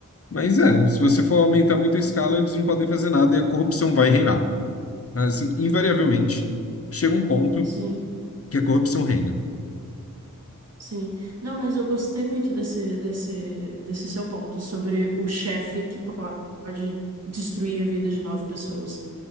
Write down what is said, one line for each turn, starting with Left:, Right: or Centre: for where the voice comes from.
Left: Mas é, se você for aumentar muito a escala, eles não podem fazer nada e a corrupção vai reinar. Assim, invariavelmente, chega um ponto
Right: Sim,
Left: que a corrupção reina.
Right: sim. Não, mas eu gostei muito desse, desse, desse seu ponto sobre o chefe que pode destruir a vida de nove pessoas.